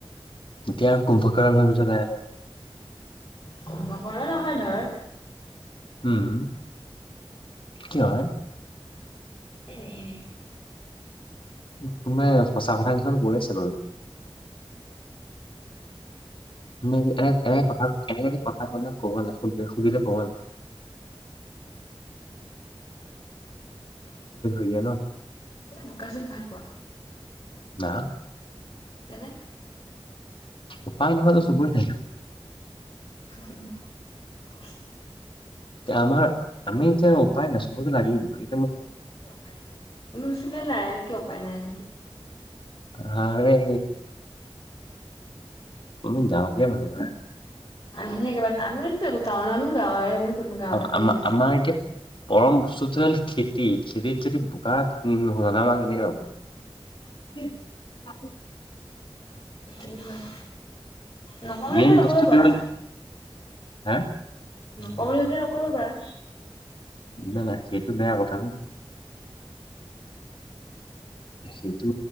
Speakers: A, on the left; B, on the left.
A: এতিয়া আৰু কুম্ভকৰণ হৈ গৈছে লাহে লাহে
B: কৰা নহয় ধৰ
A: উম কি হয়
B: এনে এনে
A: তানে সঁচা কথা কিছুমান কৈ আছে বাৰু ন এনে এনে এনে কথা কলে কবল সু সুধিলে কব <unintelligible>
B: বোকা চোকা ভাল পোৱা
A: ত
B: তেনে
A: উপায় নহয়ত চবৰে থাকিব
B: <unintelligible>
A: এয়া আমাৰ আমি এতিয়া উপায় নাছো বতো লাগিম বুলি
B: ক উপায় নাই নুচে নাই কিয় উপায় নাই আ
A: হা যে আমি গাওঁ লিলা মানুহ না
B: আমি স একেবাৰে আমি একো গাঁৱ ক গাঁৱ
A: আম
B: হৈ গ আছে
A: আমাৰ এতিয়া পৰম চুতল খেতি খেতিৰ যদি বোকাত ন মাকেনে পাব উম আ
B: সেইটো হয় নকলে
A: মেইন
B: হলে নকব
A: বস্তুটো
B: পাৰা
A: হ'ল হা
B: নকলে হলে কৰিব পাৰা
A: বুজা নাই সেইটো বেয়া কথা ন সেইটো